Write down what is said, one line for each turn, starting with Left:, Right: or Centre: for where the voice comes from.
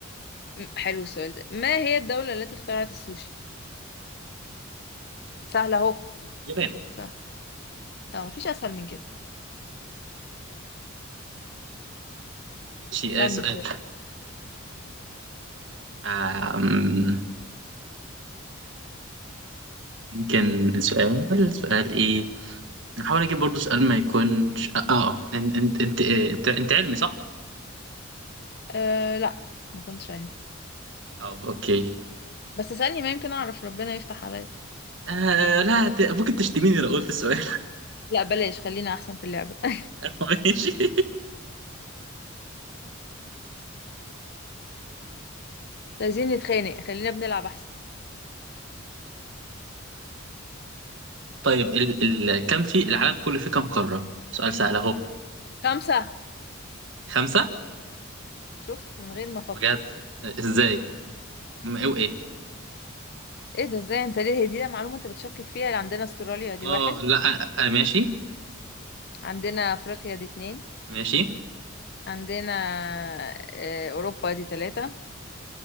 Left: حلو السؤال ده ما هي الدوله التي اخترعت السوشي سهله اهو
Right: يابان
Left: سهل اه مفيش اسهل من كده
Right: ماشي
Left: اسالني
Right: آه، سؤال
Left: سؤال
Right: <clears throat> آم، يمكن السؤال سؤال ايه هحاول اجيب برضو سؤال ما يكونش اه آه، انت انت انت انت, انت علمي صح؟
Left: آه لا ما كنتش عارف
Right: اه اوكي
Left: بس اسالني ما يمكن اعرف ربنا يفتح عليا
Right: آه لا ت- ممكن تشتميني لو قلت السؤال
Left: لا بلاش خلينا احسن في اللعبه <laughs>
Right: <laughs> ماشي <laughs>
Left: عايزين نتخانق خلينا بنلعب احسن
Right: طيب ال ال كم في العالم كله في كم قارة؟ سؤال سهل اهو
Left: خمسة
Right: خمسة
Left: شفت من غير ما افكر
Right: بجد ازاي؟ م- ايه وايه؟
Left: ايه ده ازاي انت ليه هي دي معلومة انت بتشكك فيها عندنا استراليا دي
Right: اه
Left: واحد
Right: لا آه آه، ماشي
Left: عندنا افريقيا دي اتنين
Right: ماشي
Left: عندنا آه، اوروبا دي تلاتة